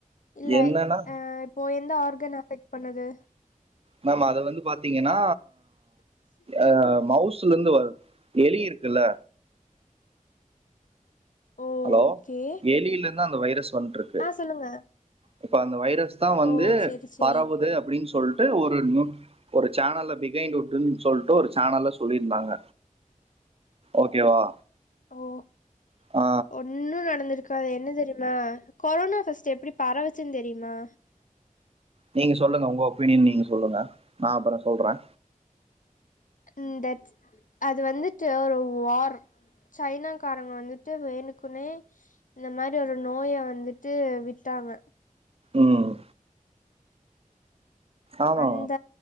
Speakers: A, on the left; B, on the right.
A: இல்ல
B: என்னன்னா
A: அ இப்போ எந்த ஆர்கன் அஃபெக்ட் பண்ணுது
B: மேம் அத வந்து பாத்தீங்கன்னா அ மவுசல இருந்து வர எலி இருக்கு குல்ல
A: ஓகே
B: அலோ எலிலிந்தா அந்த வைரஸ் வன்ட்ருக்கு
A: ஆ சொல்லுங்க
B: இப்ப அந்த வைரஸ் தா வந்து
A: ஓ செரி செரி
B: பரவுது அப்டின் சொல் ட்டு ஒ ஃபோர்நூன் ஒரு சேனல்ல பிகைன்டுட்டுன் சொல்ட்டு ஒரு சேனல்ல சொல்லீர்ந்தாங்க ஓகேவா
A: ஓ
B: ஆ
A: ஒன்னு நடந்துருக்காது என்ன தெரி னா கொரோனா ஃபஸ்ட் எப்டி பரவுச்சுன் தெரியுமா
B: நீங்க சொல்லுங்க உங்க ஒப்பீனியன் நீங்க சொல்லுங்க நா அப்பற சொல்ற
A: இந்த அது வந்துட்டு ஒரு வார் சைனாக்காரங்க வந்துட்டு வேணுக்குனே இந்த மாரி ஒரு நோய வந்துட்டு விட்டாங்க
B: ம் ஆமா
A: அந்த